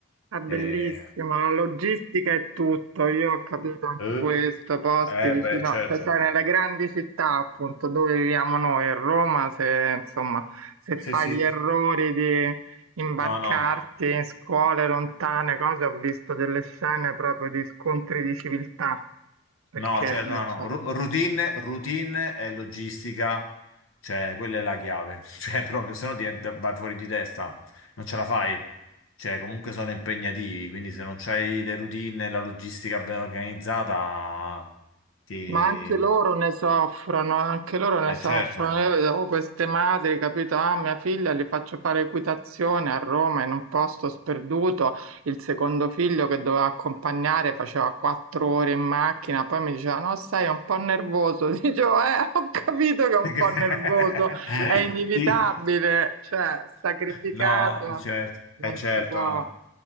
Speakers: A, on the right (about 85°); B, on the left (about 75°).
A: È bellissimo,
B: Eh,
A: la logistica è tutto, io ho capito anche
B: eh,
A: questo, posti
B: eh,
A: vicino,
B: beh, certo.
A: cioè sai, nelle grandi città appunto dove viviamo noi, a Roma, se insomma, se fai
B: Sì, sì.
A: gli errori di imbarcarti
B: No, no.
A: in scuole lontane, cose, ho visto delle scene proprio di scontri di civiltà, perché
B: No, cioè,
A: non
B: no, no,
A: so.
B: Ru- routine, routine e logistica, cioè, quella è la chiave, <laughs> cioè, proprio, se no diventa- vai fuori di testa, non ce la fai, cioè, comunque sono impegnativi, quindi se non c'hai le routine e la logistica ben organizzata, ti...
A: Ma anche loro ne soffrono, anche loro ne
B: Eh,
A: soffrono.
B: certo.
A: Io vedevo queste madri, capito? Ah, mia figlia li faccio fare equitazione a Roma in un posto sperduto. Il secondo figlio che doveva accompagnare faceva quattro ore in macchina, poi mi diceva: No, sai, è un po' nervoso. <laughs> Dicevo, eh, ho capito
B: <laughs>
A: che è un
B: Ti
A: po'
B: cre-
A: nervoso, è inevitabile,
B: <laughs> ti-
A: cioè, sacrificato
B: No, eh, certo, è
A: non
B: certo,
A: si può.
B: no.